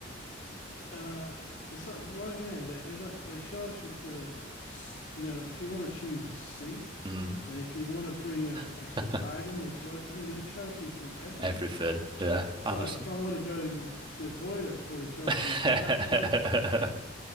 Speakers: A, on the left (about 60°); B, on the right (about 25°).
A: <sighs> uh, it's like Ryanair, they, they like, they charge you for the, s- you know, like if you want to choose a seat,
B: <laughs> Mm.
A: then if you want to bring a extra
B: <laughs>
A: bag on, they charge, I mean, they charge you for everything.
B: Everything. Yeah,
A: It's
B: honestly.
A: like, if I want to go in to the toilet, probably charge
B: <laughs>
A: me for that as well.